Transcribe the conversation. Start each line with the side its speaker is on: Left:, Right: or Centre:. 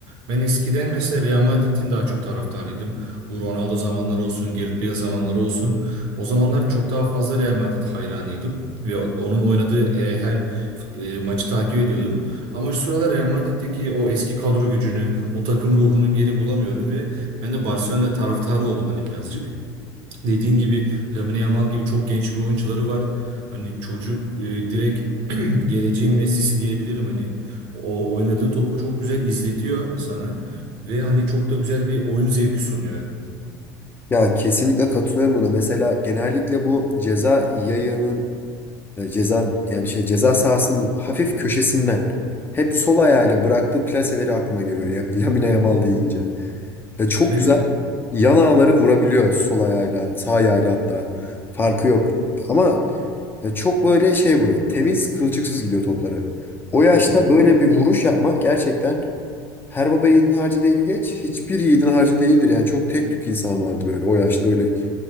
Right: Ben eskiden mesela Real Madrid'in daha çok taraftarıydım. Bu Ronaldo zamanları olsun, Gareth Bale zamanları olsun. O zamanlar çok daha fazla Real Madrid hayranıydım. Ve onun oynadığı e, her fut- e, maçı takip ediyordum. Ama şu sıralar Real Madrid'deki o eski kadro gücünü, o takım ruhunu geri bulamıyorum ve ben de Barcelona taraftarı oldum hani birazcık. Dediğin gibi Lamine Yamal gibi çok genç bir oyuncuları var. Hani çocuk e, direkt <clears throat> geleceğin Messi'si diyebilirim hani. O oynadığı topu çok güzel izletiyor sana ve hani çok da güzel bir oyun zevki sunuyor.
Left: Ya kesinlikle katılıyorum buna. Mesela genellikle bu ceza yayının e, ceza yani şey ceza sahasının bu hafif köşesinden hep sol ayağıyla bıraktığı plaseleri aklıma geliyor ya, Lamine Yamal deyince. Ya çok
Right: Evet
Left: güzel.
Right: ya.
Left: Yan ağları vurabiliyor sol ayağıyla, sağ ayağıyla hatta. Farkı yok. Ama ya çok böyle şey vuruyor. Temiz, kılçıksız gidiyor topları. O yaşta
Right: Hı hı.
Left: böyle bir vuruş yapmak gerçekten her baba yiğidin harcı değil geç. Hiçbir yiğidin harcı değildir. Yani çok tek tük insan vardır öyle. O yaşta öyle